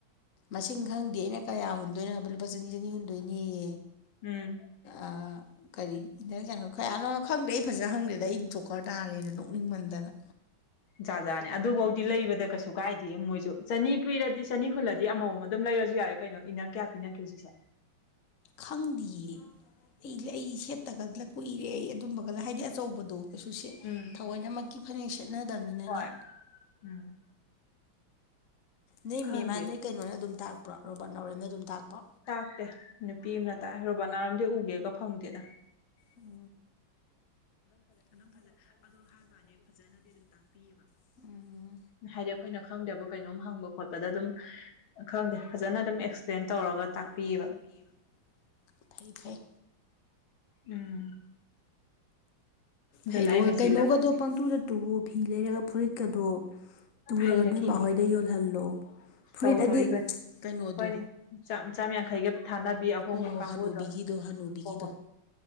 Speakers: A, on the left; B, on the left.
A: ꯃꯁꯤꯡ ꯈꯪꯗꯦ ꯑꯩꯅ ꯀꯌꯥ ꯍꯨꯟꯗꯣꯏꯅꯣ ꯍꯥꯏꯕ ꯂꯨꯄꯥ ꯆꯅꯤ ꯆꯅꯤ ꯍꯨꯟꯗꯣꯏꯅꯤꯑ
B: ꯎꯝ
A: ꯑ ꯀꯔꯤꯅ ꯀꯩꯅꯣ ꯈꯌꯥꯅꯣ ꯈꯪꯗꯦ ꯑꯩ ꯐꯖꯅ ꯈꯪꯗꯦꯗ ꯑꯩ ꯗꯣꯛꯀꯔ ꯇꯥꯔꯦꯗ ꯅꯣꯛꯅꯤꯡꯃꯟꯗꯅ
B: ꯖꯥꯖꯥꯠꯅꯦ ꯑꯗꯨꯐꯧꯗꯤ ꯂꯩꯕꯗ ꯀꯩꯁꯨ ꯀꯥꯏꯗꯦ ꯃꯣꯏꯁꯨ ꯆꯅꯤ ꯄꯤꯔꯗꯤ ꯆꯅꯤ ꯍꯨꯜꯂꯗꯤ ꯑꯃꯃꯝ ꯑꯗꯨꯝ ꯂꯩꯔꯁꯨ ꯌꯥꯔꯦ ꯀꯩꯅꯣ ꯏꯟꯅꯔ ꯀꯌꯥ ꯄꯤꯅꯒꯦ ꯍꯧꯖꯤꯛꯁꯦ
A: ꯈꯪꯗꯌꯦ ꯑꯩ ꯑꯩ ꯁꯦꯠꯇꯒꯂ ꯀꯨꯏꯔꯦ ꯑꯩ ꯑꯗꯨꯝꯕꯒꯂ ꯍꯥꯏꯗꯤ ꯑꯆꯧꯕꯗꯣ ꯀꯩꯁꯨ
B: ꯎꯝ
A: ꯊꯑꯣꯏꯅꯃꯛꯀꯤ ꯐꯅꯦꯛ ꯁꯦꯠꯅꯗꯕꯅꯤꯅꯅꯦ
B: ꯍꯣꯏ ꯎꯝ
A: ꯅꯣꯏ
B: ꯈꯪꯗꯦ
A: ꯃꯦꯝ ꯃꯥ ꯅꯣꯏ ꯀꯩꯅꯣꯅ ꯑꯗꯨꯝ ꯇꯥꯛꯄ꯭ꯔꯥ ꯔꯣꯕꯥꯔꯠ ꯅꯥꯎꯔꯦꯝꯅ ꯑꯗꯨꯝ ꯇꯥꯛꯄ
B: ꯇꯥꯛꯇꯦ ꯅꯨꯄꯤ ꯑꯃꯅ ꯇꯥꯏ ꯔꯣꯕꯥꯅꯥꯔꯝꯗꯤ ꯎꯒꯦꯒ ꯐꯪꯗꯦꯗ
A: ꯎ ꯑꯗꯨꯝ ꯐꯖ ꯑꯗꯣ ꯍꯥꯏꯕꯅꯦ ꯐꯖꯅꯗꯤ ꯑꯗꯨꯝ ꯇꯥꯛꯄꯤꯑꯕ ꯎꯝ
B: ꯍꯥꯏꯗꯤ ꯑꯩꯈꯣꯏꯅ ꯈꯪꯗꯕ ꯀꯩꯅꯣꯝ ꯍꯪꯕ ꯈꯣꯠꯄꯗ ꯑꯗꯨꯝ ꯈꯪꯗꯦ ꯐꯖꯅ ꯑꯗꯨꯝ ꯑꯦꯛꯁꯄ꯭ꯂꯦꯟ ꯇꯧꯔꯒ
A: ꯇꯧꯔꯒ
B: ꯇꯥꯛꯄꯤꯌꯦꯕ
A: ꯇꯥꯛꯄꯤꯕ ꯐꯩ ꯐꯩ
B: ꯎꯝ ꯑꯗꯨꯅ
A: ꯍꯩꯔꯣ
B: ꯑꯩ ꯃꯦꯆꯤꯜꯂ
A: ꯀꯩꯅꯣꯒꯗꯣ ꯄꯪꯇꯨꯗ ꯇꯨꯋꯣ ꯐꯤ ꯂꯩꯔꯒ ꯐꯨꯔꯤꯠꯀꯗꯣ ꯇꯨꯔꯒ
B: ꯍꯩꯔꯛꯈꯤꯒꯦ
A: ꯅꯣꯏꯃꯍꯣꯏꯗ ꯌꯣꯜꯍꯜꯂꯣ ꯐꯨꯔꯤꯠ
B: ꯇꯧꯗꯣꯔꯤꯕꯅꯤ
A: ꯍꯥꯏꯗꯤ ꯀꯩꯅꯣꯗꯣ
B: ꯍꯣꯏꯅꯦ ꯆꯥꯝ ꯆꯥꯝ ꯌꯥꯡꯈꯩꯒ ꯊꯥꯅꯕꯤ ꯑꯍꯣꯡꯕ
A: ꯍꯣ ꯍꯣ
B: ꯀꯥꯡꯕꯨꯗꯣ
A: ꯍꯅꯨꯕꯤꯒꯤꯗꯣ ꯍꯅꯨꯕꯤꯒꯤꯗꯣ
B: ꯍꯣꯏ ꯍꯣꯏ